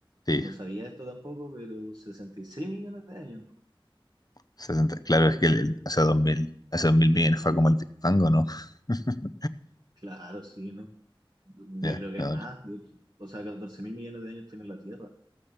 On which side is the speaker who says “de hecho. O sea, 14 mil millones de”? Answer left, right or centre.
Right